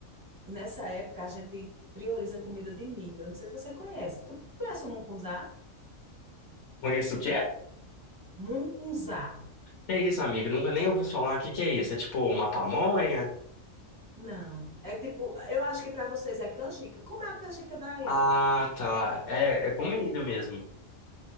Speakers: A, on the right; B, on the left.
A: Nessa época, a gente prioriza comida de milho. Eu não sei se você conhece. Tu conhece o mungunzá?
B: Conheço o quê?
A: Mungunzá.
B: É isso, amigo. Nunca nem ouvi falar. O que que é isso? É tipo uma pamonha?
A: Não. É tipo, eu acho que para vocês é canjica. Como é a canjica daí?
B: Ah, tá. É, é comida mesmo.